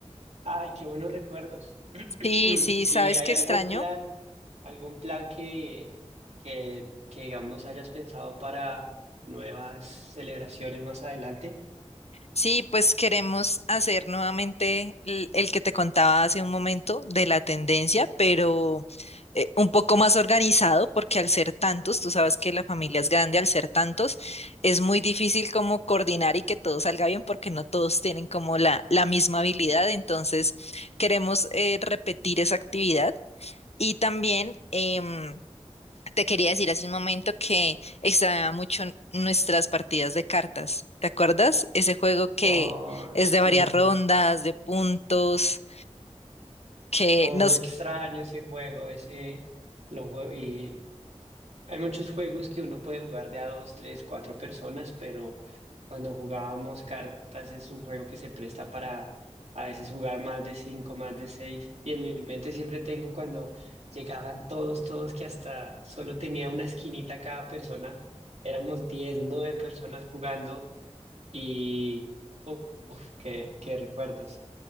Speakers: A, on the right (about 65°); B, on the left (about 60°).
A: Ay, qué buenos recuerdos. <clears throat>
B: Sí, sí, ¿sabes
A: ¿Y hay
B: qué
A: algún
B: extraño?
A: plan, algún plan que, que, que digamos hayas pensado para nuevas celebraciones más adelante?
B: Sí, pues queremos hacer nuevamente el, el que te contaba hace un momento de la tendencia, pero eh, un poco más organizado, porque al ser tantos, tú sabes que la familia es grande, al ser tantos, es muy difícil como coordinar y que todo salga bien, porque no todos tienen como la, la misma habilidad. Entonces, queremos eh, repetir esa actividad y también... em, te quería decir hace un momento que extrañaba mucho nuestras partidas de cartas. ¿Te acuerdas? Ese juego que
A: Oh,
B: es
A: sí,
B: de varias rondas, de puntos, que
A: como
B: nos...
A: extraño ese juego, ese lo jue- y Hay muchos juegos que uno puede jugar de a dos, tres, cuatro personas, pero cuando jugábamos cartas es un juego que se presta para a veces jugar más de cinco, más de seis. Y en mi mente siempre tengo cuando llegaban todos, todos que hasta solo tenía una esquinita cada persona. Éramos diez, nueve personas jugando y ¡uf! uf, qué, qué recuerdos.